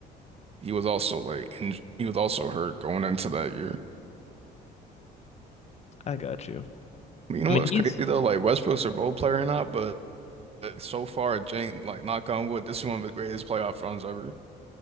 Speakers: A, on the right; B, on the left.
A: he was also like in, he was also hurt going into that year.
B: I got you.
A: You know
B: I mean,
A: what's
B: he's
A: crazy though? Like Westbrook's a role player or not, but so far, Jane, like knock on wood, this is one of the greatest playoff runs ever. <laughs>